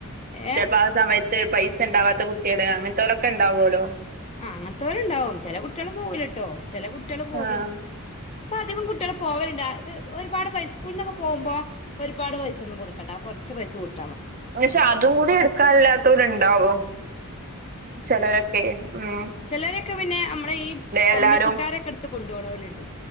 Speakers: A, on the left (about 25°); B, on the right (about 40°).
A: ഏ
B: ചെൽപ്പോ ആ സമയത്ത് പൈസ പൈസണ്ടാവാത്ത കുട്ട്യാള് അങ്ങൻത്തോലൊക്കെ ണ്ടാവോലോ
A: ആഹ് അങ്ങൻത്തോല്ണ്ടാവും. ചെല കുട്ട്യാള് പോവൂലട്ടോ ചെല കുട്ട്യാള് പോകും
B: ആഹ്.
A: ഇപ്പ അധികം കുട്ട്യാളും പോവല്ണ്ട് ഒര്പാട് പൈസ സ്കൂൾ ന്നൊക്കെ പോക്മ്പോ ഒര്പാട് പൈസൊന്നും കൊട്ക്കണ്ട കൊർ കുറച്ച് പൈസ കൊട്
B: പക്ഷെ അതും കൂടി ഇട്ക്കാല്ലാത്തോല് ണ്ടാവും. ചെലരൊക്കെയ് മ്
A: ചെലരൊക്കെ പിന്നെ ഞമ്മളെ ഈ
B: എല്ലാരും
A: കമ്മിറ്റിക്കാരൊക്കെ ട്ത്ത് കൊണ്ടോണോല്ണ്ട്